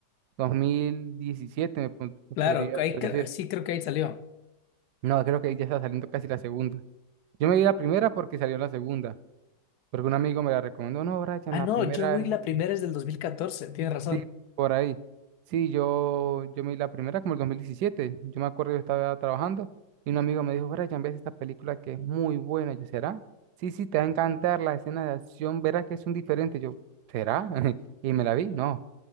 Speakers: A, on the right; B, on the left.
A: 2017 me, pon- me
B: Claro,
A: podría
B: ahí
A: decir.
B: cre- sí creo que ahí salió.
A: No, creo que ya está saliendo casi la segunda. Yo me vi la primera porque salió la segunda, porque un amigo me la recomendó, no, Brian,
B: Ah,
A: la
B: no,
A: primera
B: John Wick la primera es del dos mil catorce tienes razón.
A: Sí, por ahí. Sí, yo, yo me vi la primera como el dos mil diecisiete Yo me acuerdo yo estaba trabajando y un amigo me dijo, Brian, ves esta película que es muy buena. Yo, ¿será? Sí, sí, te va a encantar la escena de acción, verás que es un diferente Yo, ¿será? <laughs> Y me la vi, no.